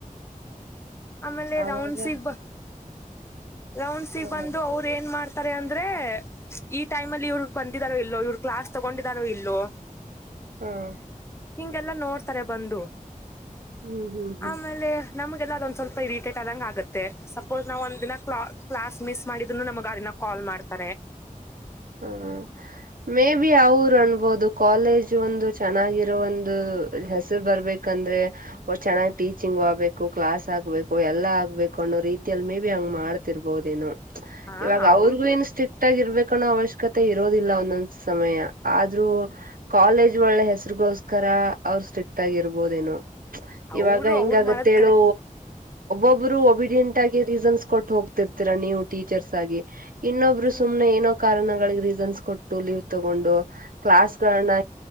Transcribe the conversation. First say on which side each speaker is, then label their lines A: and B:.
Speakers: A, on the left (about 20°); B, on the right (about 80°).
A: ಆಮೇಲೆ
B: ಅವಾಗ
A: ರೌಂಡ್ಸ್ಗ್ ಬಾ ರೌಂಡ್ ಸಿಗ್
B: ಹ್ಮ್
A: ಬಂದು ಅವ್ರ ಏನ್ ಮಾಡ್ ಅಂದ್ರೆ ಈ ಟೈಮ್ ಅಲ್ಲಿ ಇವ್ರ ಬಂದಿದಾರೋ ಇಲ್ಲೋ ಇವ್ರ ಕ್ಲಾಸ್ ತಗೊಂಡಿದಾರೋ ಇಲ್ಲೋ
B: ಹ್ಮ್
A: ಹಿಂಗೆಲ್ಲಾ ನೋಡ್ತಾರೆ ಬಂದು
B: ಹ್ಮ್ ಹ್ಮ್ ಹ್ಮ್
A: ಆಮೇಲೆ ನಮಗೆಲ್ಲ ಅದನ್ಸಲ್ ಸ್ವಲ್ಪ ಇರಿಟೆಟ್ ಆದಂಗ ಆಗುತ್ತೆ ಸಪೋಸ್ ನಾವ್ ಒಂದ ದಿನ ಕ್ಲಾಸ್ ಮಿಸ್ ಮಾಡಿದ್ನ್ನು ನಮಗೆ ಅದನ್ನ ಕಾಲ್ ಮಾಡ್ತಾರೆ <inaudible>
B: ಹ್ಮ್ ಹ್ಮ್ ಮೇ ಬಿ ಅವರು ಅನ್ಬೋದು ಕಾಲೇಜ್ ಒಂದು ಚೆನ್ನಾಗಿರೋ ಒಂದು ಹೆಸರು ಬರ್ಬೇಕಂತ ಅಂದ್ರೆ ಚೆನ್ನಾಗ್ ಟೀಚಿಂಗ್ ಆಗ್ಬೇಕು ಕ್ಲಾಸ್ ಆಗ್ಬೇಕು ಎಲ್ಲಾ ಆಗ್ಬೇಕು ಅನ್ನೋ ರೀತಿಯಲ್ಲಿ ಮೇ ಬಿ ಹಂಗ ಮಾಡ ಮಾಡ್ತಿರ್ಬಹುದೇನೋ
A: ಹಾ
B: ಇವಾಗ
A: ಅವ್ರ್ದು
B: ಅವ್ರಿಗು ಏನು ಸ್ಟ್ರಿಕ್ಟ್ ಆಗಿರ್ಬೇಕ್ ಕಾಣ ಅವಶ್ಯಕತೆ ಇರೋದಿಲ್ಲ ಒಂದೊಂದ್ ಸಮಯ ಆದ್ರೂ ಕಾಲೇಜ್ ಒಳ್ಳೆ ಹೆಸರಿಗೋಸ್ಕರ ಅವ್ರ ಸ್ಟ್ರಿಕ್ಟ್ ಆಗಿರ್ಬೋದೇನೂ
A: ಅವರು
B: ಇವಾಗ ಹೆಂಗಗತ್ತೇಳು
A: ಅವ್ರು ಮಾಡೋದು ಕರೆಕ್ಟ್
B: ಒಬ್ರು ಒಬಿಡಿಯಂಟ್ ಆಗಿ ರೀಸನ್ಸ್ ಕೊಟ್ ಹೋಗ್ತಿರ್ತೀರಾ ನೀವು ಟೀಚರ್ಸ್ ಆಗಿ ಇನ್ನೊಬ್ಬರು
A: ಹ್ಮ್
B: ಸುಮ್ಮನೆ ಏನೋ ಕಾರಣಗಳಿಗೆ ರೀಸನ್ಸ್ ಕೊಟ್ಟು ಲೀವ್ ತಗೊಂಡು ಕ್ಲಾಸ್ಗಳನ್ನ